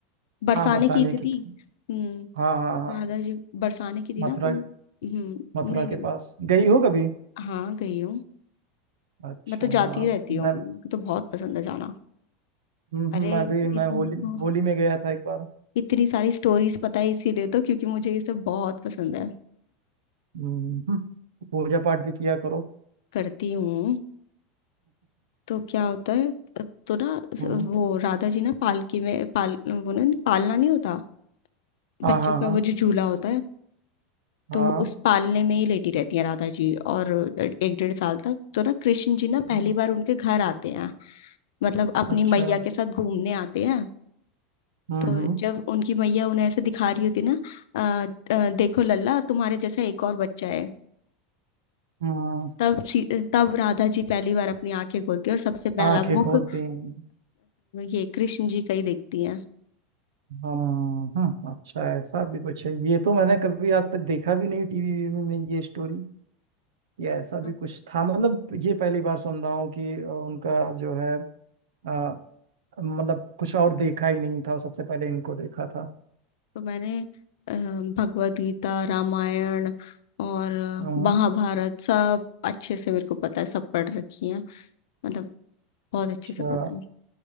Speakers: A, on the left; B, on the right.
A: बरसाने
B: हाँ बरसाने
A: की थी
B: की
A: थी
B: थी
A: हम्म
B: हाँ हाँ हाँ
A: राधा जी बरसाने की थी
B: मथुरा
A: ना तो हम्म
B: मथुरा
A: नहीं
B: के
A: नहीं
B: पास गई हो कभी
A: हाँ गई हूँ
B: अच्छा
A: मैं तो जाती
B: हाँ
A: रहती हूँ
B: मैं
A: मुझे तो बहुत पसंद है जाना
B: हम्म,
A: अरे
B: हम्म, मैं भी
A: इतनी
B: मैं होली
A: तो
B: होली में गया था एक बार
A: इतनी सारी स्टोरीज पता है इसीलिए तो क्योंकि मुझे ये सब बहुत पसंद है
B: हम्म, हम्म, पूजा पाठ भी किया करो
A: करती हूँ तो क्या होता है तो ना
B: हम्म
A: वो राधा जी ना पालकी में पाल वो ना पालना नहीं होता
B: हाँ
A: बच्चों
B: हाँ
A: का
B: हाँ
A: वो जो झूला होता है
B: हाँ
A: तो उस पालने में ही लेटी रहती है राधा जी और एक डेढ़ साल तक तो ना कृष्ण जी ना पहली
B: हम्म,
A: बार उनके घर आते हैं मतलब अपनी
B: अच्छा
A: मैया के साथ घूमने आते हैं
B: हम्म
A: तो
B: हम्म
A: जब उनकी मैया उन्हें ऐसे दिखा रही होती ना "आ, आ, देखो लल्ला तुम्हारे जैसा एक और बच्चा है
B: हाँ
A: तब सी- तब राधा जी पहली बार अपनी आंखें खोलती है और सबसे पहला
B: आंखें
A: मुख
B: खोलते
A: अ,
B: हैं
A: ये कृष्ण जी का ही देखती
B: हम हम्म अच्छा ऐसा भी कुछ है ये तो मैंने कभी आज तक देखा भी नहीं टीवी में ये स्टोरी या ऐसा भी
A: है
B: कुछ था मतलब ये पहली बार सुन रहा हूँ कि अ, उनका जो है अ, मतलब कुछ और देखा ही नहीं था सबसे पहले इनको देखा था
A: तो मैंने अ, भगवत गीता रामायण और
B: हम्म,
A: महाभारत सब अच्छे से मेरे को पता है सब पढ़ रखी हैं मतलब बहुत
B: अच्छा
A: अच्छे से पता है